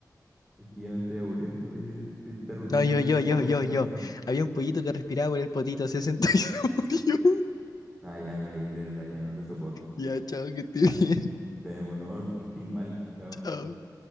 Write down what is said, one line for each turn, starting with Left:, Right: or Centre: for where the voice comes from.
Centre: Porque ya me estoy aburriendo de, de esta rutina
Left: No, yo,
Centre: media
Left: yo,
Centre: fome
Left: yo, yo,
Centre: que estamos
Left: yo.
Centre: teniendo.
Left: Había un pollito que respiraba por el potito, se sentó y <laughs> se murió.
Centre: Ah, ya me voy a ir de verdad, ya no te soporto.
Left: Ya, chao, que te bien.
Centre: Nos vemos, no, que estés mal. Chao.
Left: uh,